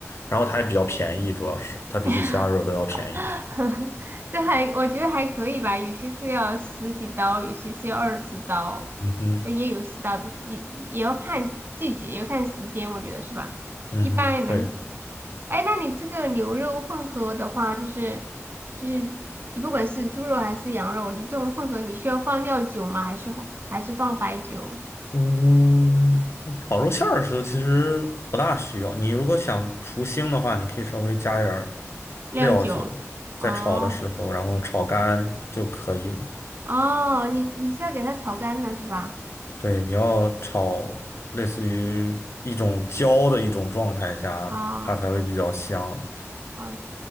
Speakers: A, on the left; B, on the right.
A: 然后它也比较便宜，主要是它比起其他肉都要便宜。
B: <laughs> <laughs> 对，还我觉得还可以吧，有些是要十几刀，有些是要二十刀，
A: 嗯哼，
B: 但也有十刀的，也也要看季节，也要看时间，我觉得是吧？
A: 嗯哼，
B: 一般人，
A: 对。
B: 哎，那你这个牛肉混合的话，就是就是你不管是猪肉还是羊肉，你这种混合，你需要放料酒吗？还是还是放白酒？
A: 嗯，烤肉馅儿的时候其实不大需要。你如果想除腥的话，你可以稍微加点儿
B: 料酒？
A: 料酒，
B: 哦
A: 在炒的时候，然后炒干就可以了。
B: 哦，你你是要给它炒干了是吧？
A: 对，你要炒类似于一种焦的一种状态下，
B: 哦。
A: 它才会比较香。
B: 哦